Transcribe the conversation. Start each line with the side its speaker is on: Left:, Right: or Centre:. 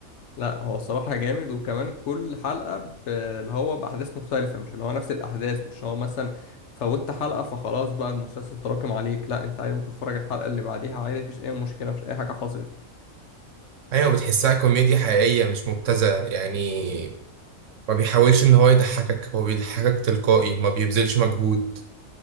Left: لا هو الصراحة جامد وكمان كل حلقة ب- اللي هو بأحداث مختلفة مش اللي هو نفس الأحداث مش هو مثلا فوتت حلقة فخلاص بقى المسلسل تراكم عليك لا أنت عادي ممكن تتفرج الحلقة اللي بعديها عادي مفيش أي مشكلة مفيش أي حاجة حصلت
Right: ايوه بتحسها كوميديا حقيقيه مش مبتذله يعني ما بيحاولش ان هو يضحكك هو بيضحكك تلقائي ما بيبذلش مجهود